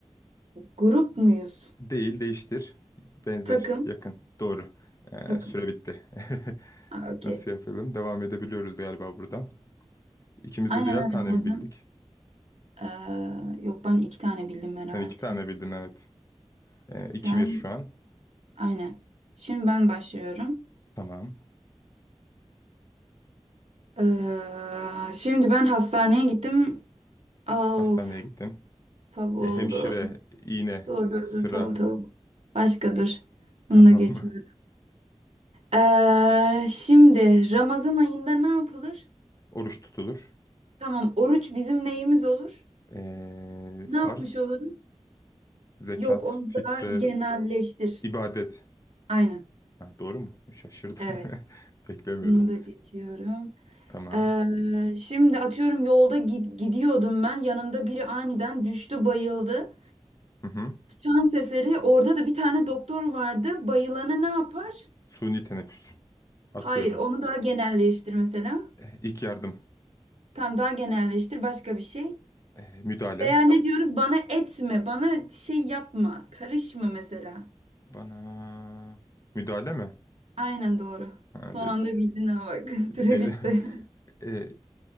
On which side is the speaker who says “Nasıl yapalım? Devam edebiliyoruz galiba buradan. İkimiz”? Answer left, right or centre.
Left